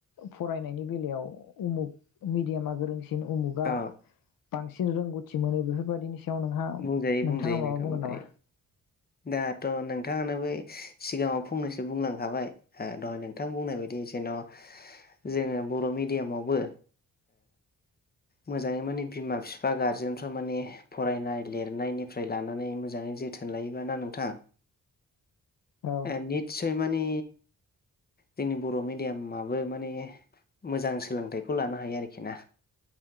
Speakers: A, on the left; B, on the left.
A: फरायनायनि बेलायाव। उमुक मिडियामा गोरों। बांसिन उमुगा
B: औ
A: बांसिन रोंगौथि मोनो बेफोरबायाददिनि सायाव नोंहा।
B: बुंजायो-बुंजायो
A: नोंथाङा माबा
B: नोंथां
A: बुंगोन
B: बुंजायो।
A: नामा
B: दाथ नोंथाङानो बै सिगाङाव फंनैसो बुंलांखाबाय दहाय नोंथां बुंनाय बायदि जेन' जोङो बर मिडियामावबो मोजाङै माने बिमा बिफा गारजेनफ्रा माने फरायनाय लिरनायनिफ्राय लानानै मोजाङै जोथोन लायो। बि ना नोंथां।
A: औ
B: ए निसय मानि। जोंनि बर मिडियामाबो माने मोजां सोलोंथाइखौ लानो हायो आरोखि ना।